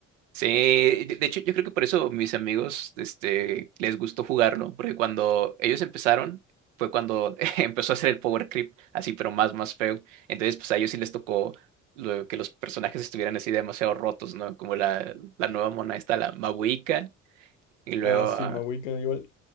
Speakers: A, on the right; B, on the left.
A: Sí, de de hecho yo creo que por eso mis amigos este, les gustó jugarlo, porque cuando ellos empezaron fue cuando <laughs> empezó a hacer el power creep, así pero más, más feo. Entonces pues a ellos sí les tocó lo, que los personajes estuvieran así demasiado rotos, ¿no? Como la, la nueva mona esta, la Mabuika, y luego
B: Ah, sí,
A: ah,
B: Mahuika igual.